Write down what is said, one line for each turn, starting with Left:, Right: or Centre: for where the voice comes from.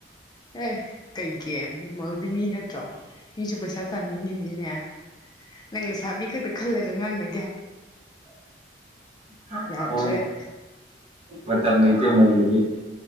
Left: ꯑꯦ ꯀꯩꯒꯤꯌꯥ ꯃꯧꯗꯨ ꯃꯤꯅꯠ ꯠꯇꯣ ꯃꯤꯁꯨ ꯄꯩꯁꯥ ꯇꯥꯅꯤꯡꯉꯤꯅꯤꯅꯦ ꯅꯪꯅ ꯁꯥꯕꯤ ꯈꯛꯇ ꯈꯜꯂꯒ ꯉꯥꯡꯅꯥ
Right: ꯑꯣ
Left: ꯌꯥꯗ꯭ꯔꯦ
Right: ꯃ ꯅꯇꯦ ꯃꯒ ꯎꯝ